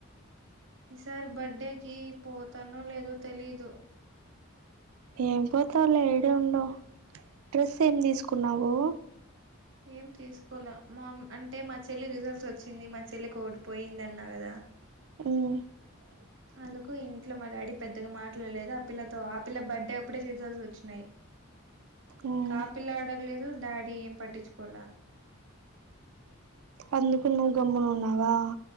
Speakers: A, on the right; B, on the right.
A: ఈసార్ బర్త్డేకి పోతానో లేదో తెలీదు
B: ఏం పోతావులె ఈడె ఉండు డ్రెస్ ఏం తీసుకున్నావు
A: ఏం తీసుకోల మా అంటే మా చెల్లి రిజల్ట్ వచ్చింది మా చెల్లికి ఒకటి పోయింద అన్నా కదా
B: మ్
A: అందుకు ఇంట్లో మా డాడీ పెద్దగా మాట్లాడలేదు ఆ పిల్లతో ఆ పిల్ల బర్త్డే అప్పుడే రిజల్ట్స్ వచ్చినాయి
B: మ్మ్
A: ఇంకా ఆ పిల్ల అడగలేదు డాడీ ఏం పట్టించుకోల
B: అందుకు నువ్వు గమ్మున ఉన్నావా